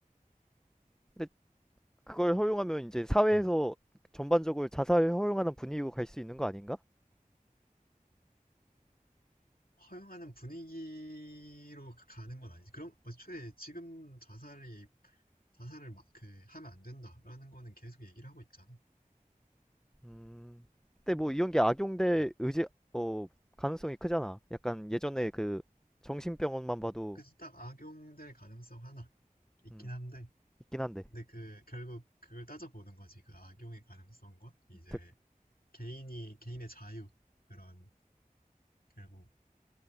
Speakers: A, in the centre; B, on the left (about 80°).
A: 근데 그걸 허용하면 이제 사회에서
B: 음.
A: 전반적으로 자살을 허용하는 분위기로 갈 수 있는 거 아닌가?
B: 허용하는 분위기로 가는 건 아니지. 그럼 애초에 지금 자살이 자살을 막, 그, 하면 안 된다라는 거는 계속 얘기를 하고 있잖아.
A: 음, 근데 뭐 이런 게 악용될
B: 음.
A: 의지 어 가능성이 크잖아. 약간 예전에 그 정신병원만 봐도
B: 그래서 딱 악용될 가능성 하나 있긴
A: 음,
B: 한데,
A: 있긴 한데.
B: 근데 그, 결국 그걸 따져보는 거지. 그 악용의 가능성과 이제
A: 득-
B: 개인이, 개인의 자유, 그런, 결국